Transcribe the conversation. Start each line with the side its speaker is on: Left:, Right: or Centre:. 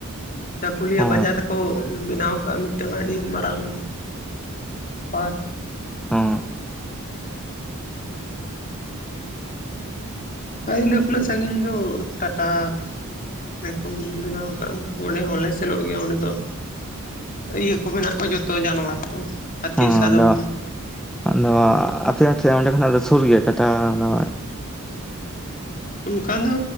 Left: ᱪᱟᱠᱩᱞᱤᱭᱟᱹ
Centre: ᱚ
Left: ᱵᱟᱡᱟᱨ ᱠᱚ ᱵᱮᱱᱟᱣ ᱠᱟᱜᱼᱟ ᱢᱤᱫᱴᱟᱝ ᱟᱹᱰᱤ ᱢᱟᱨᱟᱝ ᱯᱟᱨᱠ
Centre: ᱦᱮᱸ
Left: ᱚᱠᱟ ᱤᱱᱟᱹ ᱠᱷᱚᱱᱟᱜ ᱥᱟᱺᱜᱤᱧ ᱫᱚ ᱴᱟᱴᱟ ᱾ ᱨᱮ ᱠᱚᱢ ᱵᱮᱱᱟᱣ ᱠᱟᱜᱼᱟ ᱚᱸᱰᱮ ᱦᱚᱸᱞᱮ ᱥᱮᱱᱚᱜ ᱜᱮᱭᱟ ᱚᱸᱰᱮ ᱫᱚ᱾ ᱤᱭᱟᱹ ᱠᱚ ᱢᱮᱱᱟᱜ ᱠᱚᱣᱟ ᱡᱚᱛᱚ ᱡᱟᱱᱣᱟᱨ ᱠᱚ ᱦᱟᱹᱛᱤ
Centre: ᱦᱮᱸ
Left: ᱥᱟᱫᱚᱢ᱾
Centre: ᱟᱫᱚ ᱟᱫᱚ ᱟᱯᱮᱭᱟᱜ ᱠᱷᱤ ᱚᱸᱰᱮ ᱠᱷᱚᱱᱟᱜ ᱫᱚ ᱥᱩᱨ ᱜᱮᱭᱟ ᱴᱟᱴᱟ ᱚᱱᱟ?
Left: ᱚᱱᱠᱟ ᱫᱚ